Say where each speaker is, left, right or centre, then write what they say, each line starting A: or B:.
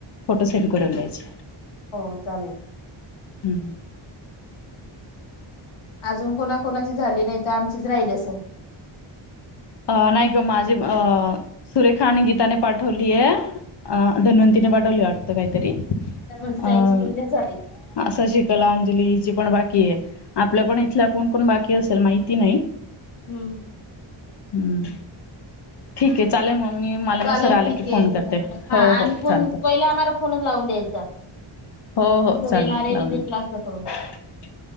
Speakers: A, on the left (about 55°); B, on the left (about 75°).
A: फोटो सेंड कर जायच.
B: हो चालेल.
A: हम्म.
B: अजून कोणाकोणाची झाली नाही तर, आमचीच राहिली असेल.
A: अ नाही ग माझी अ सुरेखाने, गीताने पाठवलीय. अ धन्वंतीने पाठवली वाटत काहीतरी.
B: तर म्हणजे ताईची
A: अ
B: पहिलीच झाली.
A: शशिकला न हिची पण बाकीय. आपल्या पण इथल्या कोण- कोण बाकी असेल माहिती नाही.
B: हम्म.
A: हम्म. ठीकय, चालेल मग. मी मला मग
B: चालेल
A: सर आले
B: ठीके.
A: की फोन करते
B: हा
A: हो
B: आणि
A: हो
B: फोन
A: चालतं
B: पहिला आम्हाला फोनच लावून द्यायचा.
A: हो हो
B: की सर
A: चालल
B: येणार आहे
A: लावून
B: विजिटला
A: दे.
B: असं करून.